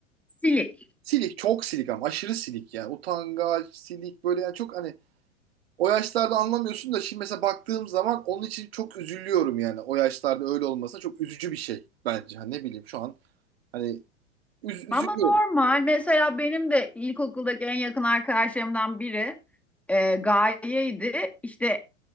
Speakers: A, in the centre; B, on the right (about 50°).
A: Silik.
B: Silik çok silik ama aşırı silik yani utangaç silik böyle yani çok hani o yaşlarda anlamıyorsun da şimdi mesela baktığım zaman onun için çok üzülüyorum yani. O yaşlarda öyle olmasa çok üzücü bir şey bence. Hani ne bileyim şu an hani üz-
A: Ama
B: üzülüyorum.
A: normal. Mesela benim de ilkokuldaki en yakın arkadaşlarımdan biri e, Gaye'ydi. İşte